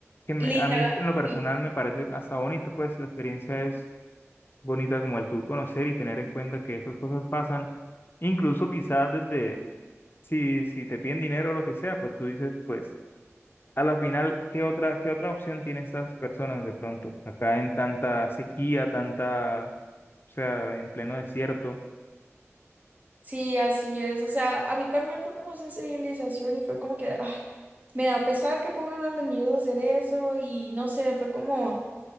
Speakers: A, on the left; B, on the right.
A: que me-
B: literal,
A: a mí en lo personal
B: sí,
A: me parece hasta bonito, pues la experiencia es bonita como el tú conocer y tener en cuenta que estas cosas pasan, incluso quizás desde, si, si te piden dinero o lo que sea, pues tú dices, pues a la final, ¿qué otra, qué otra opción tienen estas personas de pronto? Acá en tanta sequía, tanta, o sea, en pleno desierto.
B: sí, así es. O sea, a mí también fue como sensibilización y fue como que, ah, me da pesar que pongan a los niños a hacer eso y no sé, fue como...